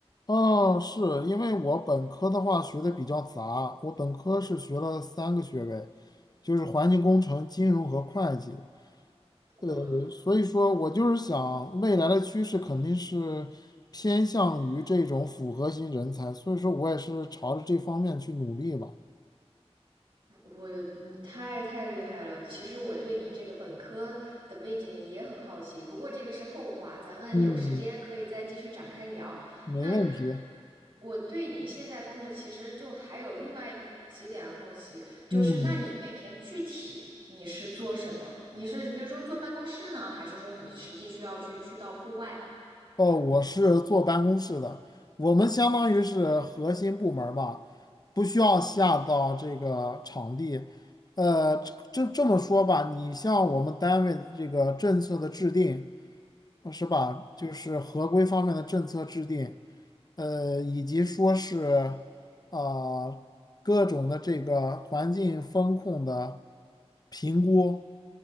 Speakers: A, on the left; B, on the right.
A: 哦，是因为我本科的话学的比较杂，我本科是学了三个学位，就是环境工程、金融和会计。呃，
B: 哇，
A: 所以说我就是想未来的趋势肯定是偏向于这种复合型人才，所以说我也是朝着这方面去努力吧。
B: 我你太太厉害了！其实我对你这个本科的背景也很好奇，不过这个是后话，咱们有时间可以再继续展开聊。
A: 嗯，没问题。
B: 那我对你现在工作其实就还有另外几点好奇，就是那你每天具体你是做什么？
A: 嗯。
B: 你是比如说坐办公室呢，还是说你实际需要去去到户外？
A: 哦，我是坐办公室的，我们相当于是核心部门儿吧，不需要下到这个场地。呃，这这这么说吧，你像我们单位这个政策的制定。是吧？就是合规方面的政策制定，呃，以及说是啊、呃各种的这个环境风控的评估，